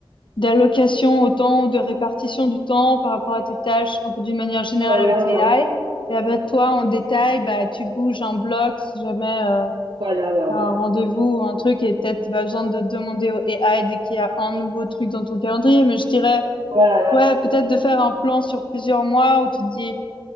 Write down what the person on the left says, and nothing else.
d'allocation au temps, de répartition du temps par rapport à tes tâches, un peu d'une manière générale
avec l'AI.
Et avec toi, en détail, bah, tu bouges un bloc si jamais euh,
tu as un
rendez-vous ou un truc et peut-être tu besoin de demander au AI dès qu'il y a un nouveau truc dans ton calendrier. Mais je dirais,
ouais, peut-être de faire un plan sur plusieurs mois où tu te dis,